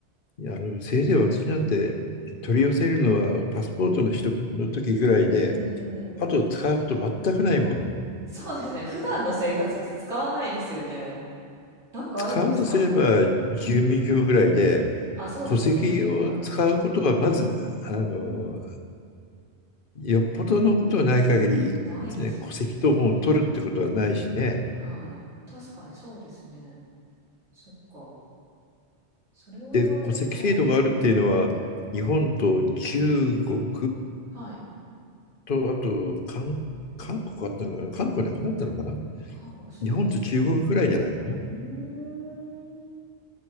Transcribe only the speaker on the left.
あのせいぜい私なんて取り寄せるのはパスポートの取得の時ぐらいで、
あと使うこと全くないもの。
使うとすれば住民票ぐらいで、
戸籍を使うことはまず、
あの、よっぽどのことはない限り、
ね、戸籍謄本を取るってことはないしね。
で、戸籍制度があるっていうのは、
日本と中国
と、あと韓、韓国あったのかな、韓国なくなったのかな。
日本と中国ぐらいじゃないかな。